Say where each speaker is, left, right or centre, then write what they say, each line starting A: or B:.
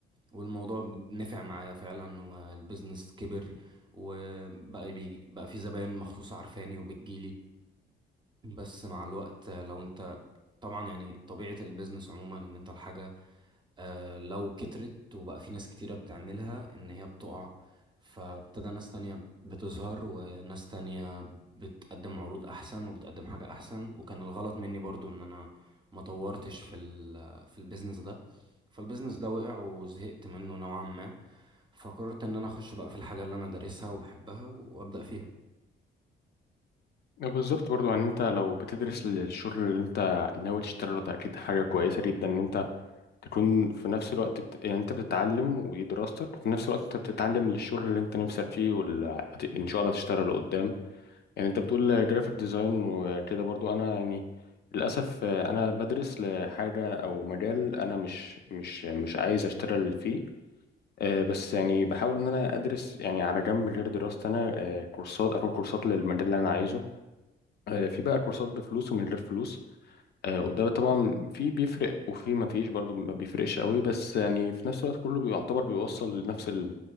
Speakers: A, on the right; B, on the left.
A: والموضوع نفع معايا فعلا والبيزنس كبر وبقى بي بقى في زباين مخصوصة عارفاني وبتجيلي بس مع الوقت آه، لو انت طبعا يعني طبيعة البيزنس عموما ان انت الحاجة آه، لو كترت وبقى في ناس كتيرة بتعملها ان هي بتقع فابتدى ناس تانية بتظهر وناس تانية بتقدم عروض احسن وبتقدم حاجة احسن وكان الغلط مني برضو ان انا ما طورتش في ال في البيزنس ده فالبيزنس ده وقع وزهقت منه نوعا ما فقررت ان انا اخش بقى في الحاجه اللي انا دارسها وبحبها وابدا فيها
B: بالظبط برضو يعني انت لو بتدرس للشغل اللي انت ناوي تشتغله ده اكيد حاجه كويسه جدا ان انت تكون في نفس الوقت بت... يعني انت بتتعلم ودي دراستك وفي نفس الوقت انت بتتعلم للشغل اللي انت نفسك فيه وال... هت- ان شاء الله تشتغل يعني انت بتقول جرافيك ديزاين وكده برضو انا يعني للاسف آه، انا بدرس لحاجه او مجال انا مش مش مش عايز اشتغل فيه آه، بس يعني بحاول ان انا ادرس يعني على جنب غير دراستي انا آه، كورسات اخد كورسات للمجال اللي انا عايزه آه، في بقى كورسات بفلوس ومن غير فلوس آه، وده طبعا في بيفرق وفي ما فيش برضو ما بيفرقش قوي بس يعني في نفس الوقت كله بيعتبر بيوصل لنفس ال